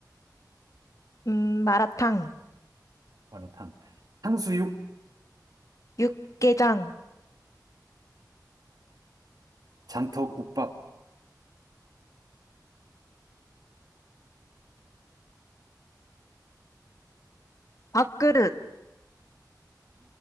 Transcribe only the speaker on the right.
마라탕. 탕수육,
장터국밥.